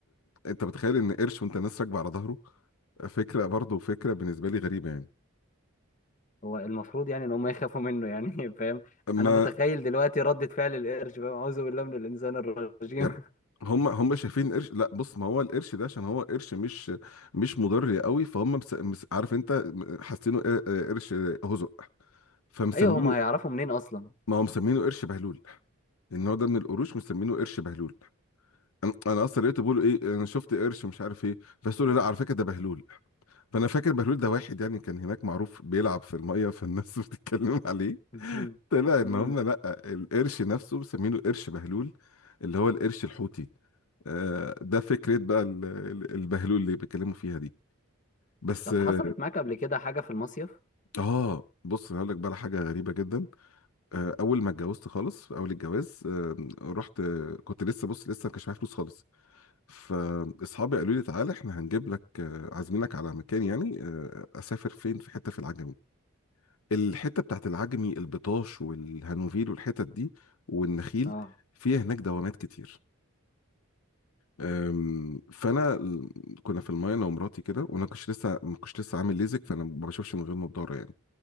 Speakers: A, on the left; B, on the left.
A: انت متخيل ان قرش وانت ناس راكبه على ظهره فكره برضه فكره بالنسبه لي غريبه يعني
B: هو المفروض يعني ان هم يخافوا منه يعني <laughs> فاهم
A: ما
B: انا متخيل دلوقتي ردة فعل القرش فاهم اعوذ بالله من الانسان الرجيم
A: يعني هم هم شايفين القرش لا بص ما هو القرش ده عشان هو قرش مش مش مضر قوي فهم مس... مس... عارف انت حاسينه قر- قرش هزق
B: <laughs>
A: فمسمينه
B: ايوه هم هيعرفوا منين اصلا
A: ما هو مسمينه قرش بهلول النوع ده من القروش مسمينه قرش بهلول انا أنا اصلا لقيته بيقولوا ايه انا شفت قرش مش عارف ايه بس قالوا لا على فكره ده بهلول فانا فاكر بهلول ده واحد يعني كان هناك معروف بيلعب في الميه فالناس <laughs> بتتكلم عليه
B: <laughs>
A: طلع ان
B: امم
A: هم لا القرش نفسه مسمينه قرش بهلول اللي هو القرش الحوتي آه، ده فكرة بقى ال- ال- البهلول اللي بيتكلموا فيها دي بس
B: طب
A: اه
B: حصلت معاك قبل كده حاجة في المصيف
A: آه، بص انا هقول لك بقى على حاجة غريبة جدا آه، اول ما اتجوزت خالص في اول الجواز آه، رحت آه، كنت لسه بص لسه ما كانش معايا فلوس خالص فاصحابي قالوا لي تعالى احنا هنجيب لك آه، عازمينك على مكان يعني آه، اسافر فين في حتة في العجمي الحتة بتاعت العجمي البطاش والهانوفيل والحتت دي والنخيل
B: اه
A: فيها هناك دوامات كتير أم، فانا ال- كنا في المايه انا ومراتي كده وانا كنتش لسه ما كنتش لسه عامل ليزك فانا ما بشوفش من غير نضاره يعني